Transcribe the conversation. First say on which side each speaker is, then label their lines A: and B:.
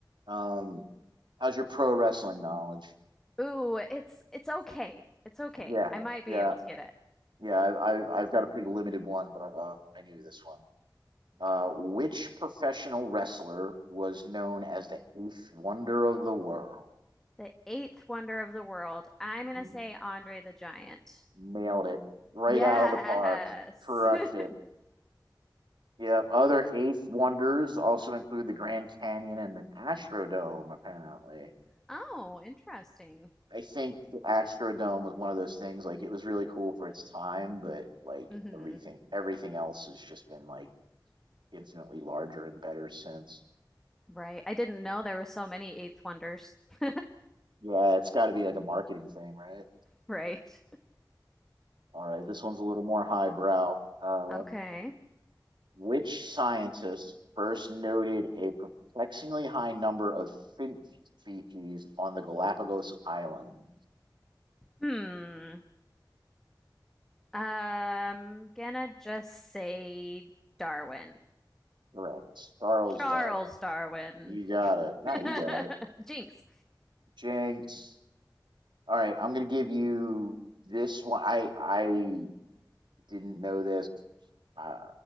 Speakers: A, on the right; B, in the centre.
A: Um, how's your pro wrestling knowledge?
B: Ooh, it's it's okay. It's okay.
A: Yeah,
B: I might be
A: yeah,
B: able to get it.
A: yeah. I, I, I've got a pretty limited one, but uh, um, I knew this one.
B: Okay.
A: Uh, which professional wrestler was known as the eighth wonder of the world?
B: The eighth wonder of the world. I'm
A: Mhm.
B: gonna say Andre the Giant.
A: Nailed it right
B: Yes.
A: out of the park. Crushed
B: <laughs>
A: it. Yep. Other eighth wonders also include the Grand Canyon and the Astrodome, apparently.
B: Oh, interesting.
A: I think the Astrodome was one of those things, like it was really cool for its time, but like
B: hmm
A: everything everything else has just been like infinitely larger and better sense.
B: Right. I didn't know there were so many eighth wonders. <laughs>
A: Yeah, it's got to be like a marketing thing, right?
B: Right.
A: All right, this one's a little more highbrow. Uh,
B: Okay.
A: which scientist first noted a perplexingly high number of finch species on the Galapagos Islands?
B: Hmm. Um. gonna just say Darwin.
A: Correct. Charles
B: Charles
A: Darwin.
B: Darwin.
A: You got it. No, you
B: <laughs>
A: got it.
B: Jinx.
A: Jinx. All right, I'm gonna give you this one. I I didn't know this. Uh,